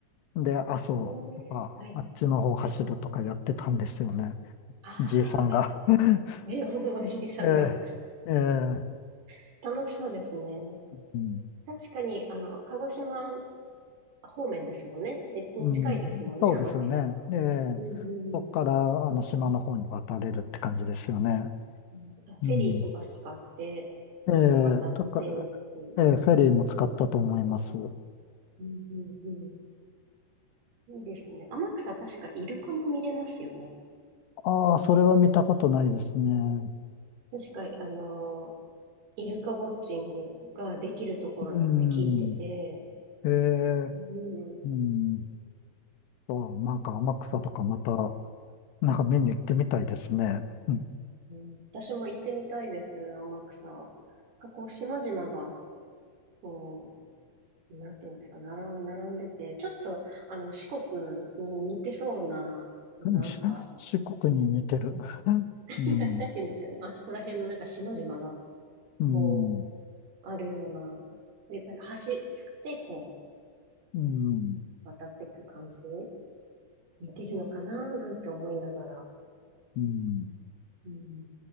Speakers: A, on the left; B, on the right.
A: で、阿蘇とか、
B: ねえはい。
A: あっちの方走るとかやってたんですよね。
B: ああ、
A: じいさんが。<laughs>
B: じ、<laughs> おじいさんが
A: ええ、ええ、
B: <laughs> 楽しそうですね。
A: うん、
B: 確かに、あの、鹿児島方面ですもんね。に、に近いですもんね、
A: うん、そうですよね。
B: 天草。
A: ええ、
B: うんうん
A: そこから、あの、島の方に渡れるって感じですよね。
B: うん。あフェリーとか使って、
A: うん。ええ、
B: こう渡ってっていう。
A: だから、ええ、フェリーも使ったと思います。
B: うんうんうん。いいですね。天草確かイルカも見れますよね。
A: ああ、それは見たことないですね。
B: 確か、あの、イルカウォッチングができるところだって聞いてて、
A: うん。ええ、
B: うん
A: うん。そう、なんか天草とかまた、なんか見に行ってみたいですね。うん。
B: うん、私も行ってみたいです、天草。なんかこう、島々が、こう、なんていうんですか、並ん、並んでて、ちょっと、あの、四国に似てそうな、なんか、
A: うん。し四国に似てる。
B: <laughs>
A: うん。
B: な、なんていうんですかね、あそこら辺のなんか島々が、
A: うん。
B: こう、あるような、で、なんか橋で、こ
A: うん。うん。
B: う、渡っていく感じ、似てるのかな、なんて思いながら、
A: うん
B: うん、